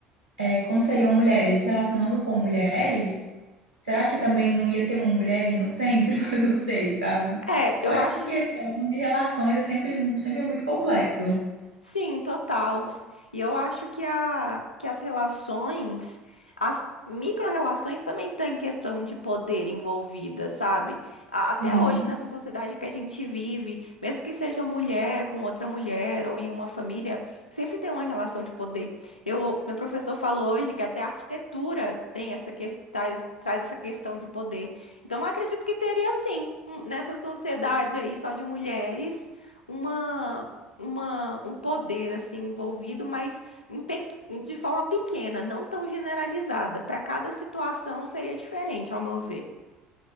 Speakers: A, on the right; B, on the left.
A: é, como seriam mulheres se relacionando com mulheres, será que também não ia ter uma mulher ali no centro? <laughs> Eu não sei, sabe?
B: É,
A: Eu
B: eu
A: acho
B: acho
A: que questão de relações é sempre, mu- sempre muito complexo.
B: Sim, total. E eu acho que, a, que as relações, as micro-relações também têm questão de poder envolvida, sabe? A-
A: Sim,
B: Até hoje, nessa sociedade que a gente vive, mesmo que seja mulher com outra mulher ou em uma família, sempre tem uma relação de poder. Eu, meu professor falou hoje que até a arquitetura tem essa questão, traz, traz essa questão de poder. Então, eu acredito que teria sim, um- nessa sociedade aí só de mulheres, uma uma, um poder assim envolvido, mas em pequ- de forma pequena, não tão generalizada. Para cada situação seria diferente, ao meu ver.